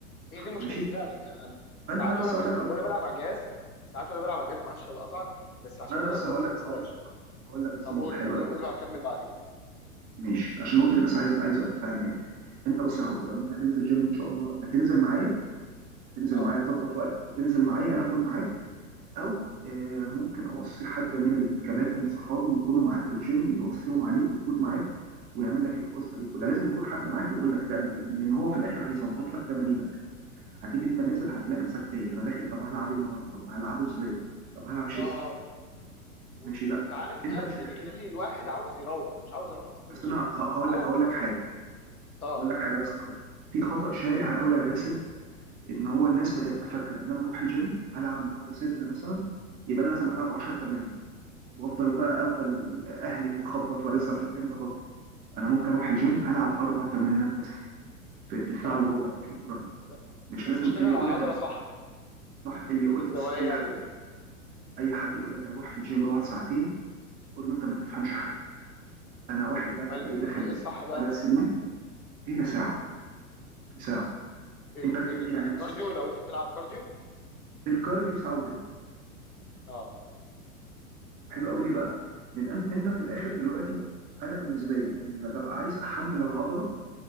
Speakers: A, on the left; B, on the right.
A: هي دي مشكلتي
B: ماشي
A: فعلا يعني أنا ساعات
B: فانت بس
A: وانا بح...
B: هقول لك هقول-
A: وانا بلعب على الجهاز ساعات وانا بلعب على الجهاز معلش هقطعك بس عشان
B: ما انا بس
A: ب- برضو
B: هقول لك
A: ما انساش
B: هقول هقول لك بس
A: طب
B: نقطه
A: قول
B: حلوه
A: قول
B: قوي.
A: قول هكمل بعدين
B: ماشي عشان النقطه دي بس عايز عايز افهمها لك انت بس يا حبي لو انت هتنزل جيم ان شاء الله لا تنزل معايا هتنزل
A: اه
B: معايا تظبط وقتك وتنزل معايا انا اكون معاك او آه، ممكن اوصي حد من الكباتن صحابي يكونوا معاك في الجيم يوصيهم عليك يكون معاك ويعمل لك القصه دي كلها لازم يكون حد معاك يقول لك تعمل ايه لان هو في الاخر هيظبط لك تمارينك هتيجي انت نازل هتلاقي نفسك تايه انا داخل طب هلعب إيه النهارده طب هلعبه ازاي طب هلعب
A: بالظبط
B: شيست
A: و...
B: ماشي
A: وانت
B: لا
A: عارف ده
B: انت مش
A: ده
B: محتاج
A: بيخلي الواحد عاوز يروح مش عاوز اروح اصلا
B: بس
A: الجيم
B: انا ه- هقول
A: او
B: لك هقول لك حاجه
A: اه
B: اقول لك حاجه بس قوي في خطا شائع قوي يا باسل ان هو الناس بتبقى فاكره ان انا اروح الجيم هلعب النهارده صدر مثلا يبقى انا لازم العب 10 تمارين وافضل بقى افضل اهلك واخبط وارزع في الكلام ده غلط انا ممكن اروح الجيم العب اربع تمارينات بس في, في الساعه
A: اه
B: الا ربع شكرا
A: ب...
B: مش
A: بس
B: لازم
A: اشتغل
B: اللي يقول
A: على العضله
B: لك انا
A: صح
B: صح
A: من
B: اللي
A: كل
B: يقول
A: الزوايا
B: أس... اي حد
A: وكده
B: اي حد يقول لك انا اروح في الجيم بعد ساعتين قول له انت ما تفهمش حاجه انا واحد
A: طب امال
B: بلعب ايه داخل
A: امال ايه الصح بقى
B: ثلاث سنين هي ساعه
A: اه
B: ساعه
A: بال...
B: انت
A: بال...
B: يعني
A: بالكارديو
B: بص
A: لو انت بتلعب كارديو
B: بالكارديو ساعه وتلت
A: اه
B: حلو قوي ليه بقى لان انت انت في الاخر دلوقتي انا بالنسبه لي اللي ببقى عايز احمل العضله